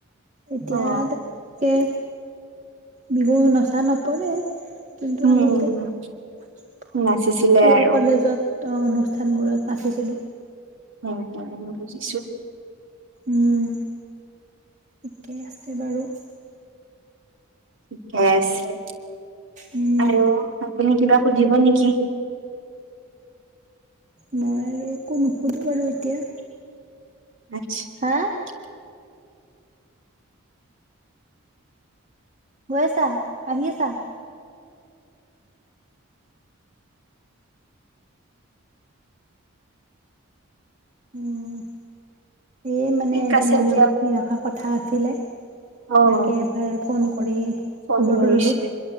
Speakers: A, on the right; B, on the right.
A: এতিয়া
B: অ',
A: তনেকে বিহু নচা নপৰে। কিন্তু
B: উম,
A: আগতে
B: উম, উম,
A: স্কুল
B: নাচিছিলে আৰু
A: কলেজত অ', অনুষ্ঠানবোৰত নাছি লো
B: হয়, হয় মই বুজিছো।
A: উম। ঠিকেই আছে বাৰু।
B: ঠিকে আছে।
A: উম
B: আৰু আপুনি কিবা সুধিব নেকি?
A: মই আৰু একো নুশুধো বাৰু এতিয়া।
B: <unintelligible>
A: হা গৈছা, আহিছা? উম। এই মানে
B: ঠিক
A: এজন
B: আছে
A: আলহী
B: দিয়ক।
A: অহা কথা আ ছিলে
B: অ',
A: তাকে <unintelligible> ফোন কৰি
B: ফোন
A: খবৰটো
B: কৰিছে,
A: ললো